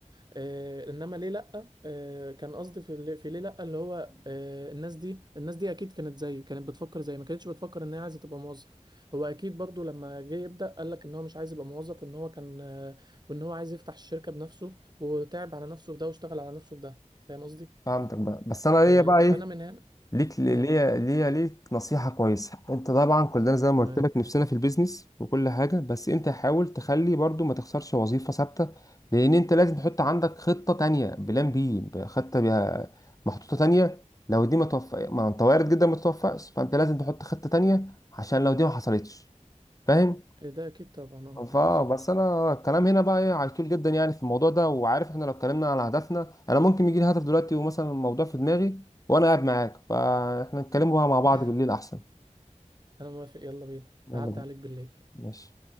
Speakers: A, on the right (about 35°); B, on the left (about 25°).
A: آه انما ليه لا آه كان قصدي في اللي... في ليه لا اللي هو آه الناس دي الناس دي اكيد كانت زيي كانت بتفكر زيي ما كانتش بتفكر ان هي عايزه تبقى موظف هو اكيد برضو لما جه يبدا قال لك ان هو مش عايز يبقى موظف ان هو كان آه وان هو عايز يفتح الشركه بنفسه وتعب على نفسه في ده واشتغل على نفسه في ده فاهم قصدي
B: فهمتك بقى بس انا ليا
A: آه،
B: بقى
A: فانا
B: ايه
A: من هنا
B: ليك ليا
A: اه
B: ليا ليك نصيحة كويسة انت طبعا كلنا زي ما
A: تمام
B: قلت لك نفسنا في البيزنس وكل حاجة بس انت حاول تخلي برضو ما تخسرش وظيفة ثابتة لان انت لازم تحط عندك خطة تانية بلان بي خطة بيها محطوطة تانية لو دي ما توفق ما انت وارد جدا ما تتوفقش فانت لازم تحط خطة تانية عشان لو دي ما حصلتش فاهم
A: إيه ده اكيد طبعا اه
B: فا
A: بالظبط
B: بس انا الكلام هنا بقى ايه هيطول جدا يعني في الموضوع ده وعارف احنا لو اتكلمنا على هدفنا انا ممكن يجي لي هدف دلوقتي ومثلا الموضوع في دماغي وانا قاعد معاك فاحنا نتكلموا
A: إن-
B: بقى مع بعض
A: <laughs>
B: بالليل احسن
A: انا موافق يلا بينا
B: يلا
A: اعدي
B: بينا.
A: عليك بالليل
B: ماشي